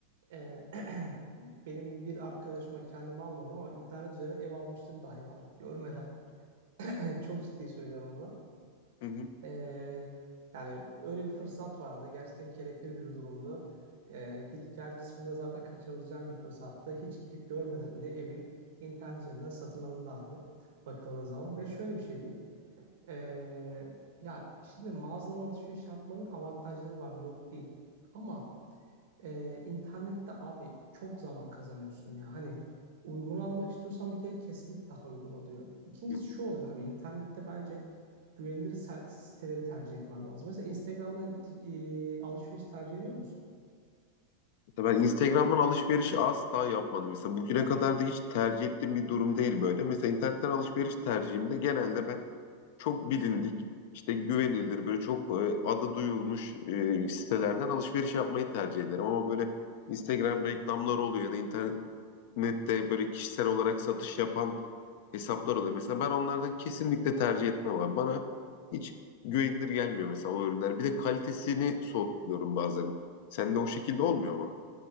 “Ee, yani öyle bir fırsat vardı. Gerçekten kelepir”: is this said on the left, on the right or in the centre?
Right